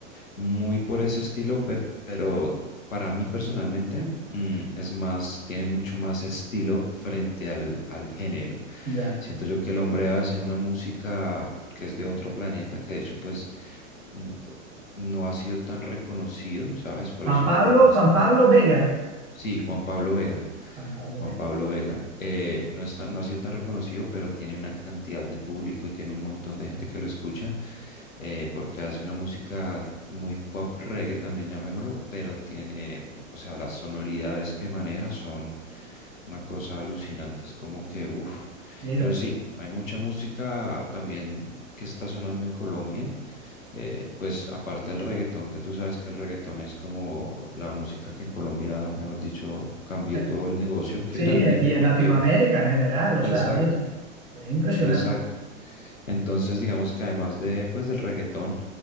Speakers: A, on the left; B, on the right.
A: muy por ese estilo, pe- pero para mí personalmente mm, es más, tiene mucho más estilo frente al, al género.
B: Ya.
A: Siento yo que el hombre hace una música que es de otro planeta, que de hecho pues mm, no ha sido tan reconocido, ¿sabes? Por
B: Juan
A: eso
B: Pablo,
A: digo, no es
B: Juan
A: tan...
B: Pablo Vega,
A: Sí, Juan Pablo Vega.
B: Juan Pablo
A: Juan
B: Vega,
A: Pablo Vega, eh, no está, no ha sido tan reconocido, pero tiene una cantidad de público y tiene un montón de gente que lo escucha eh, porque hace una música muy pop reggae también llamémoslo, pero tiene, o sea, las sonoridades que maneja son una cosa alucinante, es como que, uff,
B: mira.
A: pero sí, hay mucha música también que está sonando en Colombia, eh, pues aparte del reggaetón, que tú sabes que el reggaetón es como la música que en Colombia, mejor dicho, cambió
B: eh,
A: todo el negocio <laughs>
B: Sí,
A: finalmente
B: eh, y en
A: porque,
B: Latinoamérica en general, o
A: exacto.
B: sea, mira, es impresionante.
A: Exacto. Entonces, digamos que además de, pues, del reggaetón